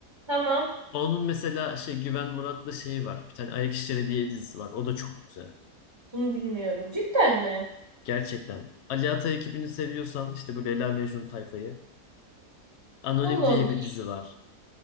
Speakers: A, on the right; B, on the left.
A: Tamam.
B: Onun mesela şey Güven Murat'la şeyi var. Bir tane Ayak İşleri diye dizisi var. O da çok güzel.
A: Bunu bilmiyorum. Cidden mi?
B: Gerçekten. Ali Atay ekibini seviyorsan işte böyle Leyla Mecnun tayfayı. Anonim
A: Allah
B: diye
A: Allah.
B: bir dizi var.